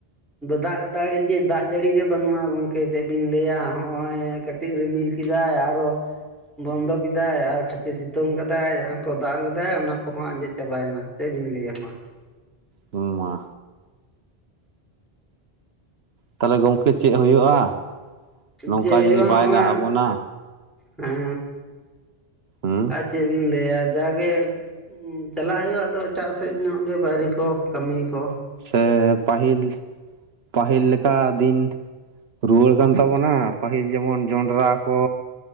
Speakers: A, in the centre; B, on the right (about 80°).
A: ᱫᱟᱜ ᱫᱟᱲᱤ ᱡᱮ ᱫᱟᱜ ᱡᱟᱹᱲᱤ ᱜᱮ ᱵᱟᱹᱱᱩᱜᱼᱟ ᱜᱚᱝᱠᱮ ᱪᱮᱫ ᱵᱤᱱ ᱞᱟᱹᱭᱟ, ᱦᱚᱜᱼᱚᱭ ᱠᱟᱹᱴᱤᱡ ᱠᱟᱹᱴᱤᱡ ᱨᱤᱢᱤᱞ ᱠᱮᱫᱟᱭ ᱟᱨᱚ
B: <inaudible>
A: ᱵᱚᱱᱫᱚ ᱠᱮᱫᱟᱭ ᱟᱨ ᱠᱷᱟᱪᱮ ᱥᱤ ᱛᱩᱝ ᱠᱟᱫᱟᱭ ᱡᱟᱦᱟᱸ ᱠᱚ ᱫᱟᱜ ᱞᱮᱫᱟᱭ ᱚᱱᱟ ᱠᱚᱦᱚᱸ ᱟᱸᱡᱮᱫ ᱪᱟᱵᱟᱭᱮᱱᱟ, ᱪᱮᱫ ᱵᱤᱱ ᱞᱟᱹᱭᱟ ᱢᱟ?
B: ᱢᱟ, ᱛᱟᱦᱚᱞᱮ ᱜᱚᱝᱠᱮ ᱪᱮᱫ ᱦᱩᱭᱩᱜᱼᱟ? ᱱᱚᱝᱠᱟ
A: ᱪᱮᱫ ᱦᱩᱭᱩᱜᱼᱟ
B: ᱡᱩᱫᱤ
A: ᱦᱚᱸᱜᱼᱚᱭ
B: ᱵᱟᱭ ᱫᱟᱜ ᱟᱵᱚᱱᱟ?
A: ᱦᱮᱸ
B: ᱦᱩᱸ
A: ᱟᱨ ᱪᱮᱫ ᱵᱤᱱ ᱞᱟᱹᱭᱟ ᱡᱟ ᱜᱮ ᱦᱸ ᱪᱟᱞᱟᱜ ᱦᱩᱭᱩᱜᱼᱟ ᱟᱫᱚ ᱮᱴᱟᱜ ᱥᱮᱫ ᱧᱚᱜ ᱜᱮ ᱵᱟᱭᱨᱤ ᱠᱚ ᱠᱟᱹᱢᱤ ᱠᱚ᱾
B: ᱥᱮ ᱯᱟᱹᱦᱤᱞ, ᱯᱟᱹᱦᱤᱞ ᱞᱮᱠᱟ ᱫᱤᱱ ᱨᱩᱣᱟᱹᱲ ᱠᱟᱱ ᱛᱟᱵᱚᱱᱟ ᱯᱟᱹᱦᱤᱞ ᱡᱮᱢᱚᱱ ᱡᱚᱸᱰᱨᱟ ᱠᱚ,